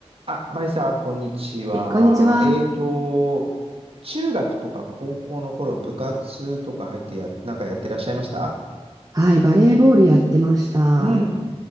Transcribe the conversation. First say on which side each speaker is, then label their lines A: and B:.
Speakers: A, on the right (about 60°); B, on the right (about 35°).
A: あ、まいさん、こんにちは。
B: はい、こんにちは。
A: えっと、中学とか高校の頃、部活とか入ってや、なんかやってらっしゃいました
B: はい、バレーボールやってました。
A: うん、